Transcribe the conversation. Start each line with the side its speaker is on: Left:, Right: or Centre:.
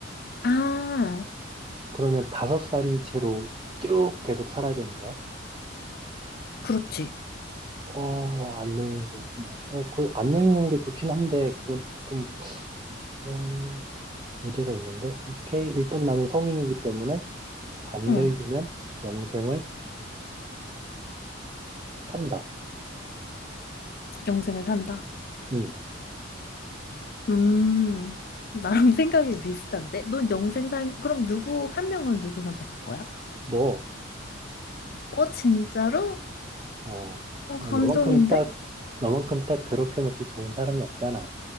Left: 아,
Right: 그러면 다섯 살인 채로 쭉 계속 살아야 되는 거야?
Left: 그렇지.
Right: 어, 안 늙는 거 보면. 어, 그, 안 늙는 게 좋긴 한데, 그건 조금, 어, 문제가 있는데. 오케이. 일단 나는 성인이기 때문에, 안
Left: 응.
Right: 늙으면 영생을 산다.
Left: 영생을 산다.
Right: 응.
Left: 음, 나랑 <laughs> 생각이 비슷한데? 넌 영생 살, 그럼 누구, 한 명은 누구 선택할 거야?
Right: 너,
Left: 어, 진짜로?
Right: 어,
Left: 어,
Right: 어,
Left: 감동인데?
Right: 너만큼 딱, 너만큼 딱 괴롭혀먹기 좋은 사람이 없잖아.